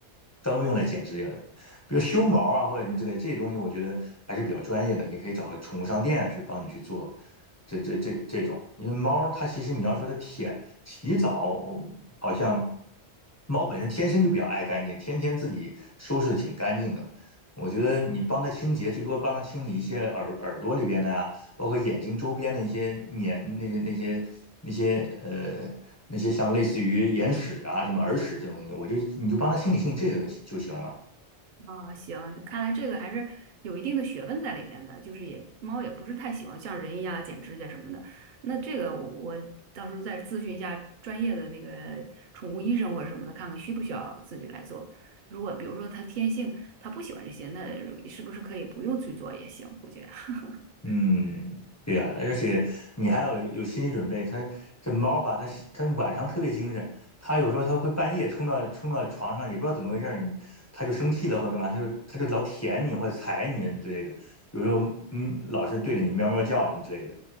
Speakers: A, on the left (about 20°); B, on the right (about 55°).
A: 专门用来剪指甲的。比如修毛啊或者什么之类，这些东西我觉得还是比较专业的，你可以找个宠物商店啊去帮你去做这这这这种，因为猫它其实你要说它舔洗澡，好像猫本身天生就比较爱干净，天天自己收拾的挺干净的。我觉得你帮它清洁，最多帮它清理一些耳耳朵里边的呀、包括眼睛周边的一些粘那些那些那些呃那些像类似于眼屎啊什么耳屎这种东西，我就你就帮它清理清理这些东西就行了。
B: 啊，行，看来这个还是有一定的学问在里面的，就是也猫也不是太喜欢像人一样剪指甲什么的。那这个我我到时候再咨询一下专业的那个宠物医生或者什么的，看看需不需要自己来做。如果比如说它天性它不喜欢这些，那是不是可以不用去做也行？估计。<laughs>
A: 嗯，对呀，而且你还要有心理准备。它这猫吧，它它晚上特别精神，它有时候它会半夜冲到冲到床上，也不知道怎么回事儿，你它就生气了或者干嘛，它就它就老舔你或者踩你之类的。有时候嗯，老是对着你喵喵叫什么之类的。